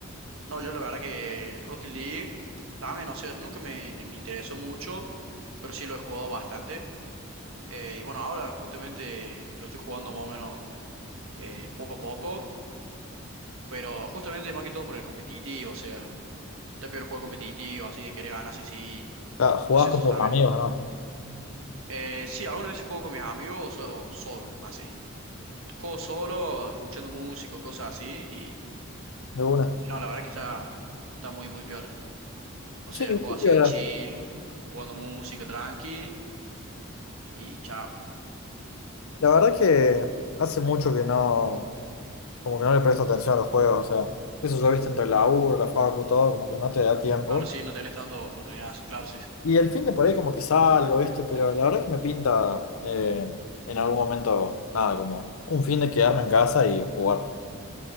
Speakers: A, on the right; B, on the left.
A: No, yo la verdad que Rocket League también, o sea, nunca me, me interesó mucho, pero sí lo he jugado bastante. Eh, y bueno, ahora justamente lo estoy jugando más o menos eh, poco a poco, pero justamente más que todo por el competitivo, o sea, te pido el juego competitivo, así de querer ganar, sí, sí.
B: Ah, ¿Jugabas
A: Entonces
B: con
A: eso
B: tus
A: también...
B: amigos, no?
A: eh, sí, algunas veces juego con mis amigos o, so- o solo, así. Juego solo, escuchando música, o cosas así, y,
B: De una.
A: y no, la verdad que está, está muy, muy piola. O
B: Sí,
A: sea,
B: sí,
A: juego así
B: ahora.
A: de chill, jugando música tranqui, y chao.
B: La verdad que hace mucho que no, como que no le presto atención a los juegos, o sea, qué sé yo, viste, entre la U, la facu, todo, como que no te da tiempo.
A: Claro, sí, no tenés tantas oportunidades, sí, claro, sí, sí.
B: Y el fin de por ahí como que salgo, viste, pero la verdad que me pinta eh, en algún momento, nada, como un fin de quedarme en casa y jugar.